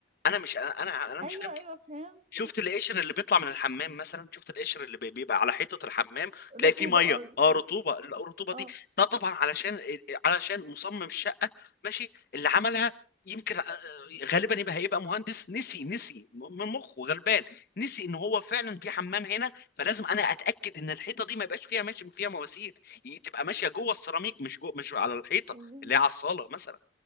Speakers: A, on the left; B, on the right.
A: انا مش انا انا مش
B: ايوه
A: فاهم
B: ايوه فهمت
A: شفت القشر اللي بيطلع من الحمام مثلا شفت القشر اللي بي- بيبقى على حيطة الحمام تلاقي
B: رطوبه
A: فيه مية
B: اه رطوبه
A: اه رطوبة الرطوبة دي
B: اه
A: ده طبعا علشان إيه، إيه، علشان مصمم الشقة ماشي اللي عملها يمكن آه، آه، غالبا يبقى هيبقى مهندس نسي نسي م- من مخه غلبان نسي ان هو فعلا في حمام هنا فلازم انا اتاكد ان الحيطه دي ما يبقاش فيها ماشي فيها مواسير ي- تبقى ماشيه جوه السيراميك مش جوه مش على الحيطه
B: أوه.
A: اللي هي على الصاله مثلا